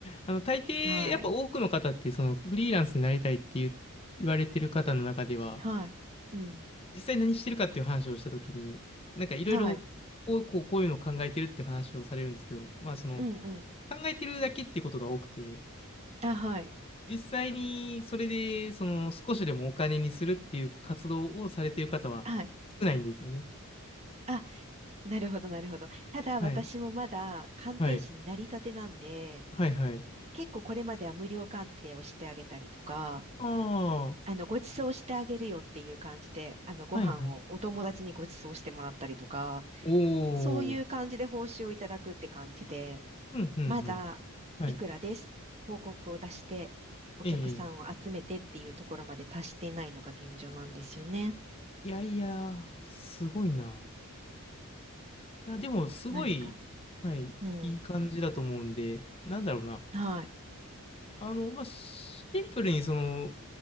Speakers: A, on the left; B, on the right.
A: あの、大抵、
B: はい。
A: やっぱ多くの方って、その、フリーランスになりたいっていう言われてる方の中では、
B: はい。うん。
A: 実際何してるかっていう話をしたときに、なんかいろいろ、
B: はい。
A: こう、こうこういうのを考えてるって話をされるんですけど、まあ、その、
B: うんう
A: 考えてるだけってことが多くて、
B: ん。あ、はい。
A: 実際に、それで、その、少しでもお金にするっていう活動をされてる方は
B: はい。
A: 少ないんですよね。
B: あ、なるほど、なるほど。ただ、
A: はい。
B: 私もまだ鑑定士になりたてなんで、
A: はい。はい、はい。
B: 結構これまでは無料鑑定をしてあげたりとか、
A: ああ、
B: あの、ご馳走してあげるよっていう感じで、あの、ご飯をお友達にご馳走してもらったりとか、
A: はい、はい。おー。
B: そういう感じで報酬をいただくって感じで、
A: うん、うん、
B: まだいくらです広告を出して、
A: うん。はい。
B: お客さんを集めてっていうところまで達していないのが現状なんですよね。
A: ええ。いやいや、すごいな。いや、でも、すごい、
B: 何か。
A: はい、
B: うん。
A: いい感じだと思うんで、なんだろうな。
B: はい。
A: あの、まあ、シンプルに、その、